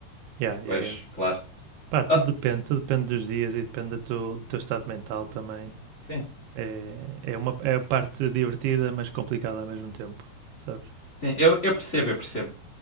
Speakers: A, on the right; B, on the left.
A: Yeah, yeah,
B: Pois,
A: yeah.
B: claro.
A: Pá, tudo
B: Ah,
A: depende, tudo depende dos dias e depende do teu, do teu estado mental também.
B: sim,
A: É, é, uma, é a parte divertida, mas complicada ao mesmo tempo, sabes?
B: sim, eu, eu percebo, eu percebo.